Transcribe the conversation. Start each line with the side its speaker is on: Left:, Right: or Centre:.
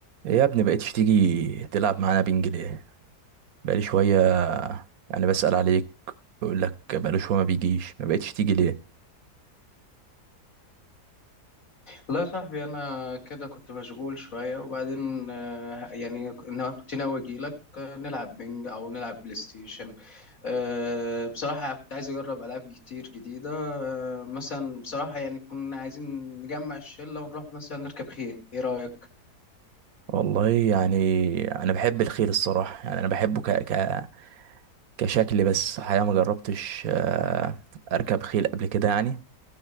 Right: إيه يا ابني بقيتش تيجي تلعب معانا بينج ليه بقالي شوية يعني بسأل عليك بيقول لك بقاله شوية ما بيجيش ما بقيتش تيجي ليه
Left: والله يا صاحبي انا كده كنت مشغول شويه وبعدين آه، يعني انا كنت ناوي اجي لك آه، نلعب بينج او نلعب بلاي ستيشن آه، بصراحه يعني كنت عايز اجرب العاب كتير جديده آه، مثلا بصراحه يعني كنا عايزين نجمع الشله ونروح مثلا نركب خيل ايه رايك
Right: والله يعني انا بحب الخيل الصراحة يعني انا بحبه ك... ك... كشكل بس الحقيقة ما جربتش آه، اركب خيل قبل كده يعني